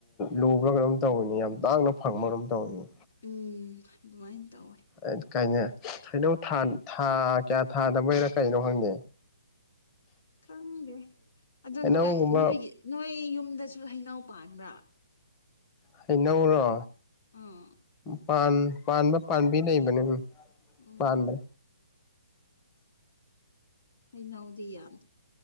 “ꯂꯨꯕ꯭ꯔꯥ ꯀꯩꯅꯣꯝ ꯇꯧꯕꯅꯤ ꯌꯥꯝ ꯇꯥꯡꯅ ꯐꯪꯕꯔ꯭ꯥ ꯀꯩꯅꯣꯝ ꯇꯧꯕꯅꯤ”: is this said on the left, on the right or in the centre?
Left